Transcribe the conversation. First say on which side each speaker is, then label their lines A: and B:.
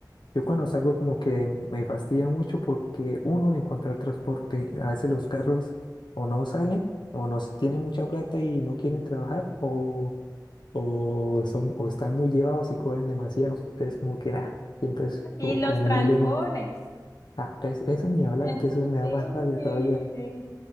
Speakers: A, on the left; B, on the left.
A: Yo cuando salgo como que me fastidia mucho porque uno, encontrar transporte, a veces los carros o no salen o no se- tienen mucha plata y no quieren trabajar o, o, son, o están muy llevados y cobran demasiado. Entonces como que nada, siempre es
B: Y
A: co-
B: los
A: como un
B: trancones.
A: dilema. Ah, es, eso ni hablar,
B: Eh,
A: que eso me
B: Sí.
A: da más rabia todavía.